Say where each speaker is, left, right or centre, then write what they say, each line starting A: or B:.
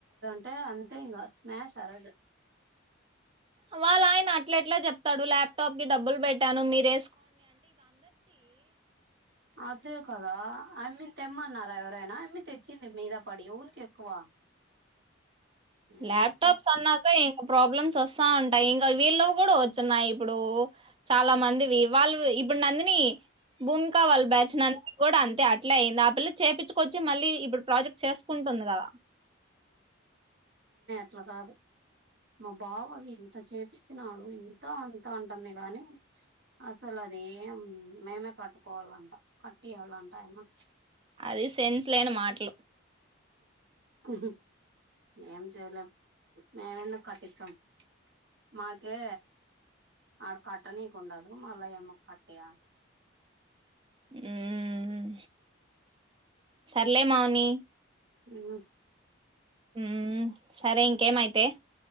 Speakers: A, on the right; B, on the right.
A: అంత ఇం స్మాష్ అరదు
B: వాళ్ళ ఆయన అట్ల ఎట్లా చెప్తాడు ల్యాప్టాప్ కి డబ్బులు పెట్టాను మీరే
A: అదే కదా ఐ మీన్ తెమ్మన్నారా ఎవరైనా అ మీ తెచ్చింది మీద పడి ఊనికి ఎక్కువ
B: ల్యాప్టాప్స్
A: ఏమో పో
B: అన్నాక ఇంకా ప్రాబ్లమ్స్ వస్తా ఉంటా అంట ఇంకా వీళ్ళ కూడా వచ్చన్నాయి ఇప్పుడు చాలా మందివి వాళ్ళు ఇప్పుడు నందిని భూమిక వాళ్ళ బ్యాచ్న కూడా అంతే అట్లే అయింది ఆ పిల్లలు చేపుకొచ్చి మళ్ళీ ఇప్పుడు ప్రాజెక్ట్ చేసుకుంటుంది కదా
A: అలా కాదు మా భావ అహ తజ ఇచ్చినాడు ఇంత అంత అంటాం వీడ అని అసలు అది ఏం మేమే కట్టుకోవాలంటాం కట్టియాలంట యామ్మకి
B: అది సెన్స్ లేని మాటలు
A: హు హుమ్మ్ ఏం చేయలేం మేమ్ ఎందుకు కట్టిస్తాం మాకే ఆడ కట్ట నీక్ ఉండదు మళ్ళా ఏమో కట్టేయాలి.
B: ఇమ్ సర్లే మౌని
A: ఆ
B: ఊమ్ సరే ఇంకేమయితే